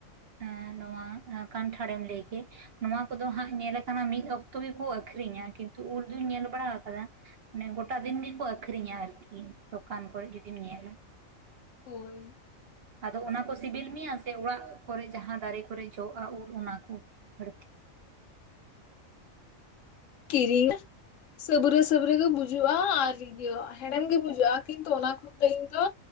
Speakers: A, on the right; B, on the left.
A: ᱮᱸᱜ ᱱᱚᱣᱟ ᱠᱟᱱᱴᱷᱟᱲᱮᱢ ᱞᱟᱹᱭ ᱠᱮᱫ, ᱱᱚᱣᱟ ᱠᱚᱫᱚ ᱦᱟᱸᱜ ᱧᱮᱞ ᱟᱠᱟᱱᱟ ᱢᱤᱫ ᱚᱠᱛᱚ ᱚᱠᱛᱚ ᱜᱮᱠᱚ ᱟᱠᱷᱨᱤᱧᱟ, ᱠᱤᱱᱛᱩ ᱩᱞ ᱫᱩᱧ ᱧᱮᱞ ᱵᱟᱲᱟ ᱟᱠᱟᱫᱟ ᱢᱟᱱᱮ ᱜᱚᱴᱟ ᱫᱤᱱ ᱜᱮᱠᱚ ᱟᱠᱷᱨᱤᱧᱟ ᱟᱨᱠᱤ, ᱫᱚᱠᱟᱱ ᱠᱚᱨᱮᱫ ᱡᱩᱫᱤᱢ ᱧᱮᱞᱟ᱾
B: ᱦᱳᱭ᱾
A: ᱟᱫᱚ ᱚᱱᱟ ᱠᱚ ᱥᱤᱵᱤᱞ ᱢᱮᱭᱟ ᱥᱮ ᱚᱲᱟᱜ ᱠᱚᱨᱮ ᱡᱟᱦᱟᱸ ᱫᱟᱨᱮ ᱠᱚᱨᱮ ᱡᱚᱜᱼᱟ ᱩᱞ ᱚᱱᱟ ᱠᱚ ᱵᱟᱹᱲᱛᱤ?
B: ᱠᱤᱨᱤᱧ ᱫᱚ ᱥᱟᱹᱵᱨᱟᱹ ᱥᱟᱹᱵᱨᱟᱹᱜ ᱜᱮ ᱵᱩᱡᱩᱜᱼᱟ, ᱟᱨ ᱤᱭᱟᱹ ᱦᱮᱲᱮᱢ ᱜᱮ ᱵᱩᱡᱟᱹᱜᱼᱟ ᱠᱤᱱᱛᱩ ᱚᱱᱟ ᱛᱤᱦᱤᱧ ᱫᱚ,